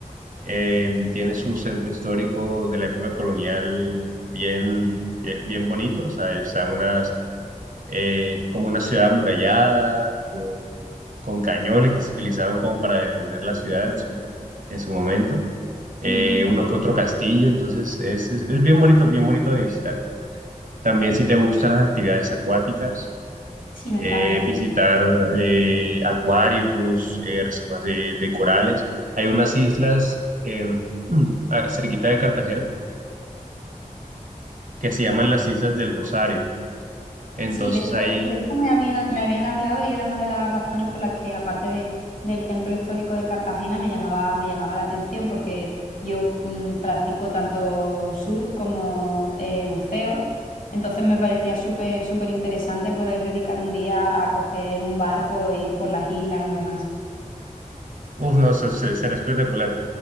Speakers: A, on the right (about 70°); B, on the left (about 70°).
A: eh, tiene su centro histórico de la época colonial bien, bien, bien bonito. O sea, está unas, eh, como una ciudad amurallada, con, con cañones que se utilizaban como para defender la ciudad en su, en su momento
B: Ujú.
A: eh, uno que otro castillo, entonces es, es, es bien bonito, bien bonito de visitar. También si te gustan las actividades acuáticas,
B: Sí, me
A: eh,
B: encanta.
A: visitar eh, acuarios, eh, reservas de, de corales. Hay unas islas eh, <clears throat> ah, cerquita de Cartagena que se llaman las Islas del Rosario. Entonces
B: Sí, de hecho,
A: ahí,
B: de hecho me habían, me habían hablado y era una de las razones por las que, aparte de- del centro histórico de Cartagena, me llamaba, me llamaba la atención porque yo mm, practico tanto surf como eh, buceo. Entonces me parecía súper, súper interesante poder dedicar un día a coger un barco e ir por las islas y demás.
A: uff, no, se, se, será espectacular.